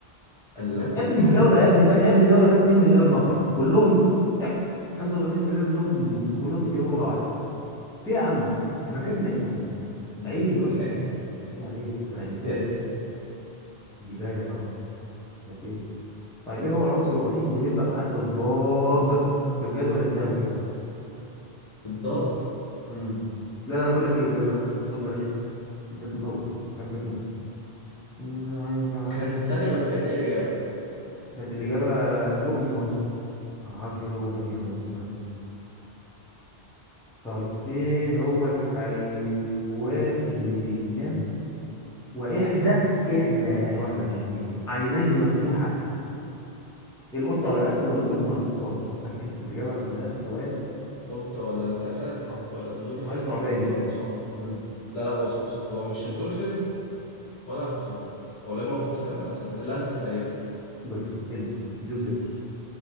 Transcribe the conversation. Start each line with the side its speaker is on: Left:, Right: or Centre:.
Left: الله ده
Centre: يا ابني
Left: أنت عرفت
Centre: الدوله
Left: ده
Centre: يا ابني
Left: أنت
Centre: فا... يا ابني دوله فيها 2 مليار نفر كلهم بتاع 85% منهم هندوس وكلهم بيتكلموا لغه واحده في إيه يا عم انت فاكرنا ايه يا عم
Left: أنت
Centre: عيب
Left: فنان
Centre: يا اسطى عيب عليك انا انسان
Left: إد
Centre: دي جاي لك اهو لك ايه طيب ايه هو العنصر الوحيد اللي بيبدأ بحرف الضاد في الجدول الدوري
Left: الضاد
Centre: امم لا لا لا بقول لك ايه لا لا لا صدر رخم صدر رخم قوي استنى سيبك منه مم، عايز عايز
Left: كان ثانية بس كانت إيه الإجابة؟
Centre: كانت الإجابة ضوء مش عنصر ما اعرفش ايه اللي هم كاتبينه ده بس يعني طيب ايه هو الحيوان اللي بينام وإحدى إحدى يعني واحدة مش اتنين عينيه مفتوحة القطة ولا الأسد ولا الدولفين ولا الحصان ركز في الإجابة عشان ده سؤال
Left: القط ولا الأسد
Centre: اه
Left: ولا الدولفين
Centre: سؤال ثعباني
Left: ولا الحصان
Centre: امم
Left: لا لا بص بص هو مش الدولفين ولا الحصان هو لا إما القط لا إما الأسد الأسد تقريبا
Centre: دولفين البس اديله صفر